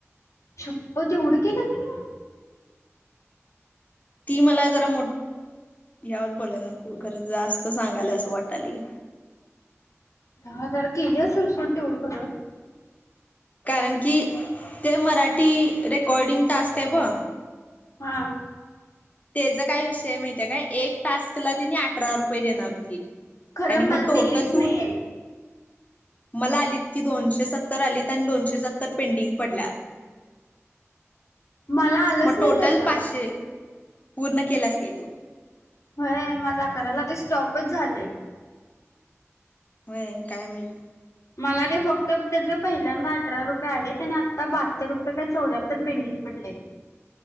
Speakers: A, on the left; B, on the left.
A: शपथ एवढं केलं तिन?
B: ती मला जरा मो यावर बोलायला नको खरं जास्त सांगाला आसं वाटालय.
A: दहा हजार केली आसल सोड तेवढं खरं
B: कारण की ते मराठी रेकॉर्डिंग टाॅस्क आहे ब
A: हा.
B: तेज काय विषय आहं माहिती आहे काय एक टाॅस्कला तेनी अठरा रुपये देणार होतीत
A: खरं
B: आणि
A: मला
B: मग टोटल
A: दिलीच
B: तू
A: नाही आहेत
B: मला आलीत की दोनशे सत्तर आलीत आणि दोनशे सत्तर पेंडिंग पडल्यात.
A: मला आलंच
B: मग
A: नाही
B: टोटल
A: त्याच
B: पाचशे, पूर्ण केल्यास काय तू?
A: होय माझं आकराला ते स्टॉपच झालंय.
B: व्हय काय माहित?
A: मला ते फक्त त्याचं पहिल्यांदा अठरा रुपये आले आणि आत्ता बहात्तर रुपये काय चौदा्यात्तर पेंडिंग पडलंय बघ